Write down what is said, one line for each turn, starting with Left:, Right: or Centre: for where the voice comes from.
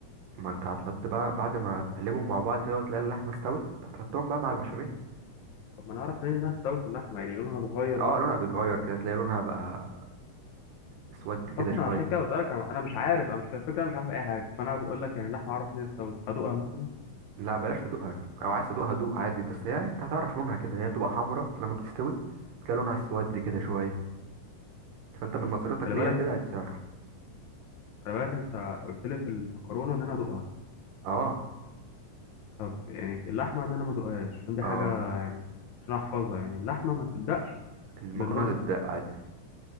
Right: ما انت هتحط بقى بعد ما هتقلبهم مع بعض كده وتلاقي اللحمه استوت هتحطهم بقى مع البشاميل
Left: طب ما انا اعرف ليه انها استوت اللحمه يعني لونها اتغير
Right: اه
Left: مثلا
Right: لونها بيتغير كده تلاقي لونها بقى اسود
Left: طب
Right: كده شويه
Left: انا عشان كده بسألك انا أنا مش عارف انا مش كده الفكره أنا مش عارف اي حاجه فانا بقول لك يعني اللحمه اعرف منين استوت ادوقها مثلا
Right: لا بلاش تدوقها او عايز تدوقها دوق عادي بس هي انت هتعرف لونها كده هي بتبقى حمرا لما بتستوي تلاقي لونها اسود كده شويه فانت من نظرتك
Left: خلي
Right: ليها
Left: بالك
Right: كده هتعرف
Left: خلي بالك انت قلت لي في المكرونه ان انا ادوقها
Right: اه
Left: طب يعني اللحمه ان انا ما ادوقهاش عشان دي
Right: اه
Left: حاجه يعني عشان احفظها يعني اللحمه ما تبدأش
Right: المكرونه
Left: بالنظره
Right: تتدق عادي